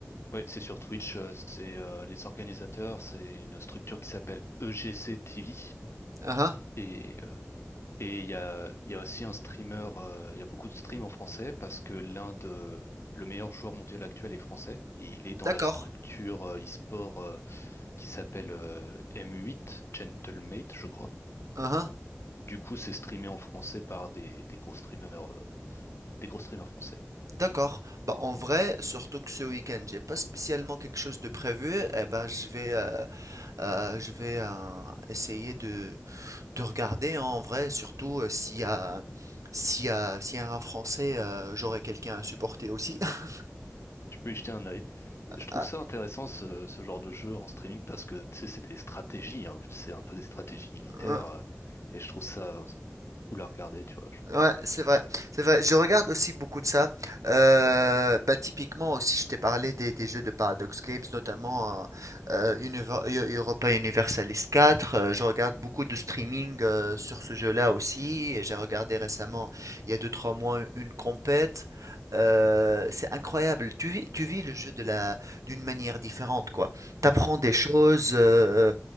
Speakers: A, on the left; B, on the right.
A: Oui, c'est sur Twitch, euh, c'est euh, les organisateurs, c'est une structure qui s'appelle EGC TV.
B: Uhum.
A: Et euh, et il y a, il y a aussi un streamer, euh, il y a beaucoup de streams en français parce que l'un de le meilleur joueur mondial actuel est français et il est
B: D'accord.
A: dans la structure euh, e-sport euh, qui s'appelle euh, M8, Gentlemate, je crois.
B: Uhum.
A: Du coup, c'est streamé en français par des, des gros streamers, euh, des gros streamers français.
B: D'accord. Bah, en vrai, surtout que ce week-end, j'ai pas spécialement quelque chose de prévu. Eh ben, je vais euh, euh, je vais euh, essayer de De regarder, hein, en vrai, surtout, heu, s'il y a s'il y a s'il y a un Français, heu, j'aurai quelqu'un à supporter aussi. <laughs>
A: Tu peux y jeter un œil. Je trouve
B: Ah,
A: ça intéressant ce, ce genre de jeu en streaming parce que tu sais, c'est des stratégies, hein. c'est un peu des stratégies militaires
B: hein.
A: euh, et je trouve ça euh, cool à regarder, tu vois. genre.
B: Ouais, c'est vrai, c'est vrai. Je regarde aussi beaucoup de ça. Euh, bah, typiquement aussi, je t'ai parlé des, des jeux de Paradox Games, notamment euh, euh, Univer- Eu- Europa Universalis 4. Euh, je regarde beaucoup de streaming euh, sur ce jeu-là aussi. Et J'ai regardé récemment, il y a deux trois mois, une compète. Euh, c'est incroyable. Tu vis, tu vis le jeu de la, d'une manière différente, quoi. T'apprends des
A: Bah,
B: choses, euh,